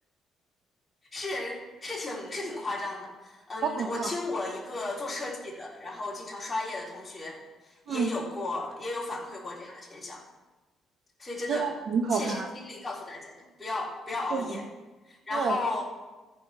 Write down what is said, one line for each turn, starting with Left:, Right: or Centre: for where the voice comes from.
Left: 是是挺是挺夸张的。嗯，
Right: 好可怕，
Left: 我听我一个做设计的，然后经常刷夜的同学也有过也有反馈过这样的现象，
Right: 嗯，
Left: 所以真的切身经历告诉大家，
Right: 真的很可怕。
Left: 不要不要熬夜。
Right: 对，
Left: 然后
Right: 对